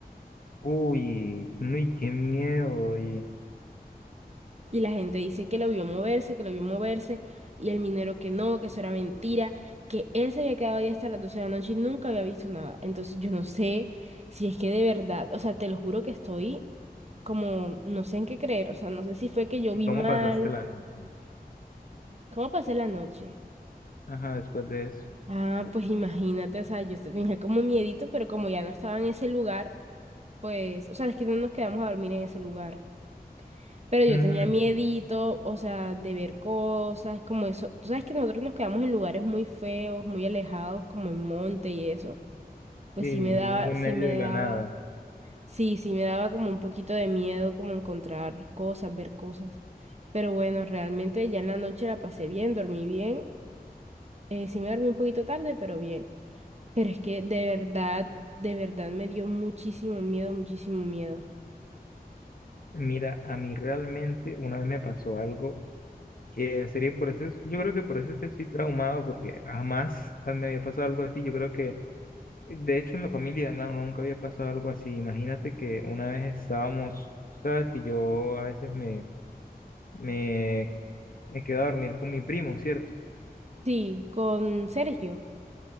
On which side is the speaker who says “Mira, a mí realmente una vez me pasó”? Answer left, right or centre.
Left